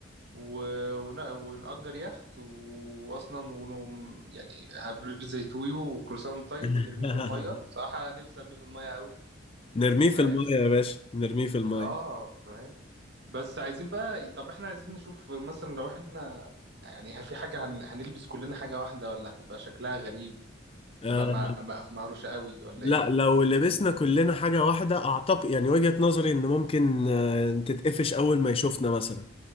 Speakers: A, on the right; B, on the left.
A: و- ون- ونأجر يخت وأصلا ونقوم يعني هبريد زي تويو وكروسان طيب
B: <laughs>
A: ونرميه في المية صراحة أنا نفسي أرميه في المية أوي
B: نرميه
A: فاهم
B: في المية يا باشا نرميه في المية
A: آه فاهم بس عايزين بقى طب إحنا عايزين نشوف مثلا لو إحنا يعني هل في حاجة هن... هنلبس كلنا حاجة واحدة ولا هتبقى شكلها غريب
B: آه
A: تبقى مع... مع- مهروشة أوي ولا
B: لا
A: إيه
B: لو لبسنا كلنا حاجة واحدة أعتقد يعني وجهة نظري إن ممكن آه تتقفش أول ما يشوفنا مثلا